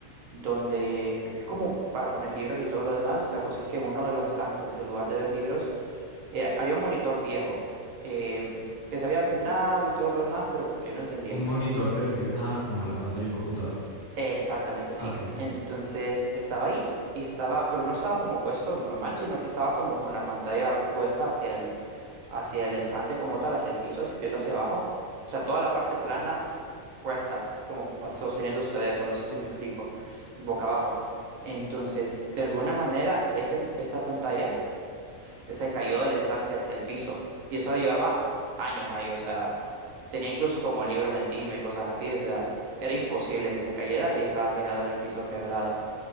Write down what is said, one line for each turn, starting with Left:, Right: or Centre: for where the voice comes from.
Right: donde es como para poner libros y todo lo demás. La cosa es que en uno de los estantes, en lugar de ver libros, eh, había un monitor viejo em, que se había arruinado y todo lo demás, pero porque no encendía.
Left: Un monitor te refieres... Ah, como a la pantalla de un computador.
Right: Exactamente, sí.
Left: Ah, ok, ok.
Right: Entonces estaba ahí y estaba, pero no estaba como puesto normal, sino que estaba como con la pantalla puesta hacia el, hacia el estante como tal, hacia el piso, así viendo hacia abajo. O sea, toda la parte plana puesta, como sosteniéndose de eso, no sé si me explico, boca abajo. Entonces, de alguna manera, ese, esa pantalla se se cayó del estante hacia el piso. Y eso llevaba años ahí, o sea, tenía incluso como libros encima y cosas así, o sea, era imposible que se cayera y estaba tirado en el piso quebrado.